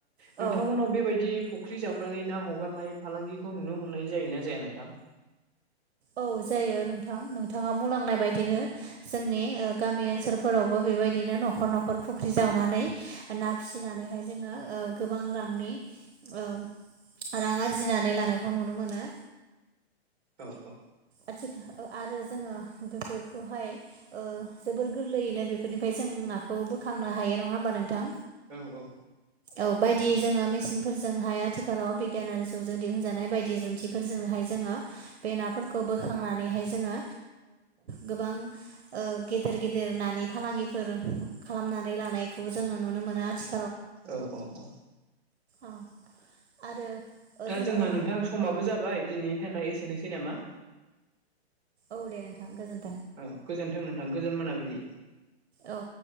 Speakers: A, on the right; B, on the right.
A: औ
B: नोंथांमोननाव बेबायदि फख्रि जावनानै ना हगारनाय फालांगिखौ नुनो मोननाय जायोना जाया नोंथां
A: औ जायो नोंथां नोंथाङा बुंलांनाय बायदिनो जोंनि गामि सोरफोरावबो बेबायदिनो न'खर न'खर फुख्रि जावनानै ना फिसिनानैहाय जोङो गोबां रांनि ओ रां आरजिनानै लानायखौ नुनो मोनो
B: औ औ
A: आथिखाल आरो जोङो बेफोरखौहाय ओ जोबोर गोरलैयैनो बे बेफोरनिफ्राय जों नाखौ बोखांनो हायो नङा होमबा नोंथां
B: औ औ
A: औ बायदि जोङो मेसिनफोरजोंहाय आथिखालाव बिगियानारि जुगजों दिहुनजानाय बायदि जुन्थिफोरजोंहाय जोङो बे नाफोरखौ बोखांनानैहाय जोङो गोबां गेदेर गेदेर नानि फालांगिफोर खालामनानै लानायखौ जोङो नुनो मोनो आथिखा
B: औ औ औ
A: औ आरो
B: दा
A: जोङो
B: जोंहा नोंथां समाबो जाबाय दिनैनि थाखाय एसेनोसै नामा
A: औ दे नोंथां गोजोन
B: औ गोजोन्थों नोंथां गोजोन मोनाबिलि
A: औ